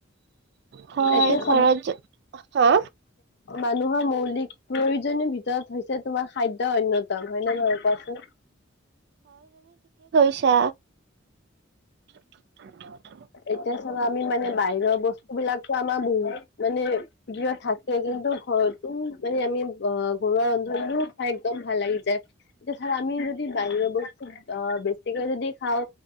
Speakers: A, on the right; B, on the left.
A: হয়
B: এতিয়া চ
A: ঘৰত য হা,
B: মানুহৰ মৌলিক প্ৰয়োজনীয় ভিতৰত হৈছে তোমাৰ খাদ্য অন্যতম হয় ন ময় কোৱাচোন।
A: আচছা। উ <inaudible>
B: এতিয়া চল আমি মানে বাহিৰৰ বস্তু বিলাকো আমাৰ বহু মানে প থাকে কিন্তু ঘৰত তো মানে আমি অঁ ঘৰুৱা ৰন্ধনও খাই একদম ভাল লাগি যায় এতিয়া ধ আ যদি বাহিৰ বস্তো অঁ বেছিকে যদি খাওঁ